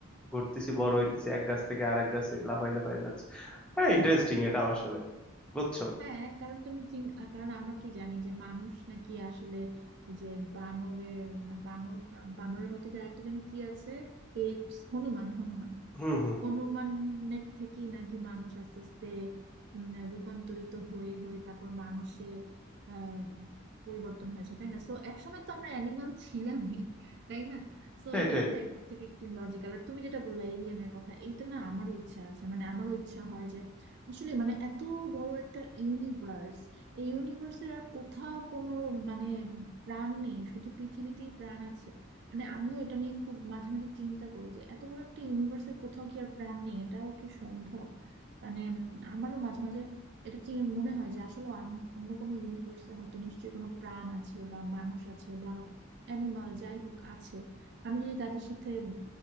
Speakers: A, in the centre; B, on the right.
A: ঘুরতেছি বড় হইতেছি এক গাছ থেকে আরেক গাছে লাফাই লাফাই যাচ্ছে হ্যাঁ ইন্টারেস্টিং এটা আসলে বুঝছো
B: হ্যাঁ কারণ তুমি চিন- আহ, কারণ আমরা কি জানি যে মানুষ নাকি আসলে এই যে বানরের না বানর না, বানরের মতো যার একটা যেন কি আছে এই হনুমান হনুমান
A: হুম হুম
B: হনুমানের
A: হুম
B: থেকেই নাকি মানুষ আস্তে আস্তে উম, রূপান্তরিত হয়ে হয়ে তারপর মানুষে আহ, পরিবর্তন হয়েছে তাই না সো একসময় তো আমরা অ্যানিমাল ছিলামই তাই না সো
A: এটাই
B: এটা কিন্তু একদিক থেকে একটু লজিক্যাল আর তুমি যেটা বললা এলিয়েনের কথা এইটা না আমারও ইচ্ছা আছে মানে আমারও ইচ্ছা হয় যে আসলে মানে এত বড় একটা ইউনিভার্স এই ইউনিভার্সের আর কোথাও কোনো মানে প্রাণ নেই শুধু পৃথিবীতেই প্রাণ আছে মানে আমিও এটা নিয়ে খুব মাঝে মাঝে চিন্তা করি যে এত বড় একটা ইউনিভার্সের কোথাও কি আর প্রাণ নেই এটাও কি সম্ভব মানে উম, আমারও মাঝে মাঝে এটা চিন- মনে হয় যে আসলে আম- অন্য কোনো ইউনিভার্সে হয়তো নিশ্চয়ই কোনো প্রাণ আছে বা মানুষ আছে বা অ্যানিমাল যাই হোক আছে আমি যদি তাদের সাথে উম,